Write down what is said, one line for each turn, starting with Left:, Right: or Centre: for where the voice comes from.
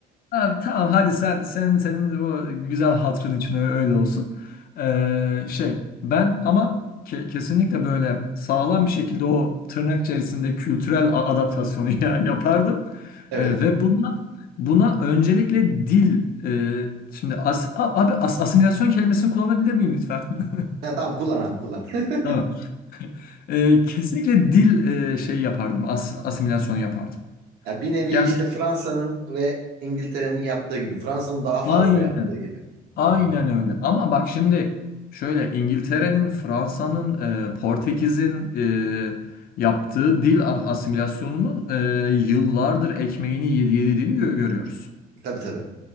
Left: Abi tamam hadi sen sen senin bu güzel hatırın için ö- öyle olsun. Ee, şey ben ama ke- kesinlikle böyle sağlam bir şekilde o tırnak içerisinde kültürel a- adaptasyonu <laughs> ya yapardım.
Right: <laughs> Evet.
Left: Ee, ve buna buna öncelikle dil e, şimdi as a- abi as asimilasyon kelimesini kullanabilir miyim lütfen? <laughs>
Right: Ya, tamam kullan abi kullan. <laughs>
Left: Tamam. Ee, kesinlikle dil e, şey yapardım. As asimilasyonu yapardım.
Right: Ya, bir nevi
Left: Yani
Right: işte Fransa'nın ve İngiltere'nin yaptığı gibi Fransa'nın daha fazla
Left: aynen.
Right: yaptığı gibi.
Left: Aynen
Right: Hı hı.
Left: öyle. Ama bak şimdi şöyle İngiltere'nin, Fransa'nın, e, Portekiz'in e, yaptığı dil a- asimilasyonunun e, yıllardır ekmeğini yedi- yediğini gö- görüyoruz.
Right: Tabii tabii.